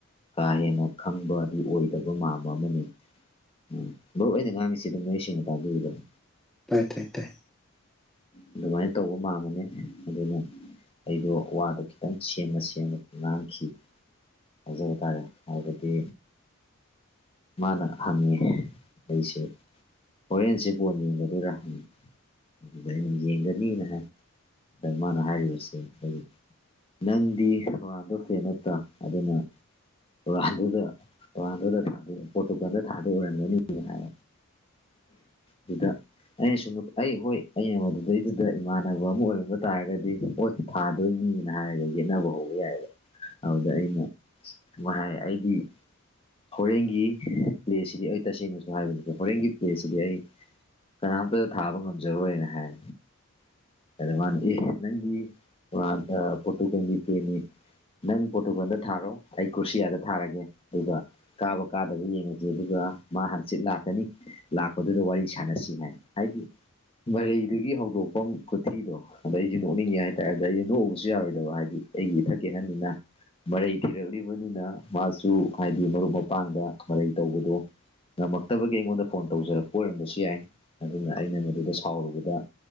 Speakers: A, on the left (about 25°); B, in the centre.
A: ꯀꯥ ꯍꯦꯟꯅ ꯈꯪꯕ ꯑꯗꯨ ꯑꯣꯏꯗꯕ ꯃꯝꯕ ꯑꯃꯅꯤ ꯎꯝ ꯃꯔꯨ ꯑꯣꯏꯅ ꯉꯥꯡꯉꯤꯁꯤꯗ ꯅꯣꯏ ꯁꯦꯡꯅ ꯇꯥꯕꯤꯗꯅꯅꯤ
B: ꯇꯥꯏ ꯇꯥꯏ ꯇꯥꯏ
A: ꯑꯗꯨꯃꯥꯏꯅ ꯇꯧꯕ ꯃꯥꯃꯅꯦ ꯑꯗꯨꯅ ꯑꯩꯗꯣ ꯋꯥꯗꯣ ꯈꯤꯇꯪ ꯁꯦꯝꯅ ꯁꯦꯝꯅ ꯉꯥꯡꯈꯤ ꯍꯥꯏꯖꯕ ꯇꯥꯔꯦ ꯍꯥꯏꯕꯗꯤ ꯃꯥꯅ ꯍꯪꯉꯦ ꯑꯩꯁꯦ ꯍꯣꯔꯦꯟꯁꯦ ꯕꯣꯟ ꯌꯦꯡꯒꯗꯣꯏꯔꯥ ꯍꯪꯉꯤ ꯗꯥꯅ ꯌꯦꯡꯒꯅꯤꯅ ꯍꯥꯏ ꯔꯃꯅ ꯍꯥꯏꯔꯤꯕꯁꯦ ꯑꯩꯛ ꯅꯪꯗꯤ ꯍꯔꯥꯟꯕꯣ ꯐ꯭ꯔꯦ ꯅꯠꯇ ꯑꯗꯨꯅ ꯇꯨꯔꯥꯟꯗꯨꯗ ꯇꯣꯍꯥꯟꯗꯨꯗ ꯊꯥꯗ ꯄꯣꯇꯨꯀꯜꯗ ꯊꯥꯗ ꯑꯣꯏꯔꯝꯒꯅꯤ ꯍꯥꯏ ꯁꯤꯗ ꯑꯩꯅ ꯁꯨꯝ ꯑꯩ ꯍꯣꯏ ꯑꯩꯅ ꯃꯗꯨꯗꯩꯗꯨꯗ ꯏꯃꯥꯟꯅꯕ ꯑꯃ ꯑꯣꯏꯔꯝꯕ ꯇꯥꯔꯒꯗꯤ ꯍꯣꯏ ꯊꯥꯗꯣꯏꯅꯤꯅ ꯍꯥꯏꯔꯒ ꯌꯦꯠꯅꯕ ꯍꯧꯕ ꯌꯥꯏꯑꯕ ꯑꯗꯨꯗ ꯑꯩꯅ ꯍꯥꯏ ꯑꯩꯗꯤ ꯍꯣꯔꯦꯟ ꯑꯩꯒꯤ ꯄ꯭ꯂꯦꯁꯤꯗꯤ ꯑꯩ ꯇꯁꯦꯡꯅꯁꯨ ꯍꯥꯏꯕꯅꯤꯀꯣ ꯍꯣꯔꯦꯟꯒꯤ ꯄ꯭ꯂꯦꯁꯤꯗꯤ ꯑꯩ ꯀꯅꯥꯝꯇ ꯊꯥꯕ ꯉꯝꯖꯔꯣꯏꯅ ꯍꯥꯏ ꯀꯗꯃ ꯅꯪꯒꯤꯗ ꯐꯣꯇꯣ ꯀ ꯐꯅꯤ ꯅꯪ ꯄꯣꯔꯇꯨꯒꯜꯗ ꯊꯥꯔꯣ ꯑꯩ ꯀ꯭ꯔꯣꯁꯤꯌꯥꯗ ꯊꯥꯔꯒꯦ ꯑꯗꯨꯒ ꯀꯥꯕ ꯀꯥꯗꯕ ꯌꯦꯡꯉꯁꯤ ꯑꯗꯨꯒ ꯃꯥ ꯍꯪꯆꯤꯠ ꯂꯥꯛꯀꯅꯤ ꯂꯥꯛꯄꯗꯨꯗ ꯋꯥꯔꯤ ꯁꯥꯟꯅꯁꯤ ꯍꯥꯏ ꯍꯥꯏꯗꯤ ꯃꯔꯩꯗꯨꯗꯒꯤ ꯍꯧꯗꯣꯛꯐꯝ ꯈꯨꯊꯤꯗꯣ ꯑꯗ ꯑꯩꯁꯨ ꯅꯣꯛꯅꯤꯡꯉꯦ ꯍꯥꯏꯇꯥꯔꯦ ꯑꯗꯨꯗ ꯑꯩꯁꯨ ꯅꯣꯛꯎꯕꯁꯨ ꯌꯥꯔꯣꯏꯗꯕ ꯍꯥꯏꯗꯤ ꯑꯩꯒꯤ ꯏꯊꯛꯀꯤ ꯑꯍꯟꯅꯤꯅ ꯃꯔꯩ ꯊꯤꯔꯛꯂꯤꯕꯅꯤꯅ ꯃꯥꯁꯨ ꯍꯥꯏꯗꯤ ꯃꯔꯨꯞ ꯃꯄꯥꯡꯗ ꯃꯔꯩ ꯇꯧꯕꯗꯣ ꯉꯝꯃꯛꯇꯕꯒꯤ ꯑꯩꯉꯣꯟꯗ ꯐꯣꯟ ꯇꯧꯖꯔꯛꯄ ꯑꯣꯏꯔꯝꯕꯁꯨ ꯌꯥꯏ ꯑꯗꯨꯅ ꯑꯩꯅ ꯃꯗꯨꯗ ꯁꯥꯎꯔꯨꯕꯗ